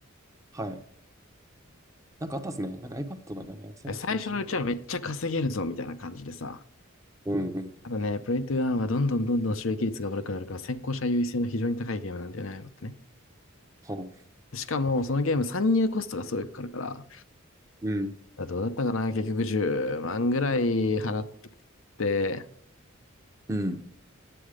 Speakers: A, on the right; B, on the left.
A: はい。なんかあったっすね。なんか iPad がなんかやってたような気がしな。
B: 最初のうちはめっちゃ稼げるぞみたいな感じでさ。
A: うん。うん。
B: ただね、プレイトゥーンはどんどんどんどん収益率が悪くなるから、先行者優位性の非常に高いゲームなんだよね、ああいうのってね。
A: ほ
B: しかも、そのゲーム参入コストがすごいかかるから、
A: ううん。
B: どうだったかな結局10万ぐらい払って、
A: うん。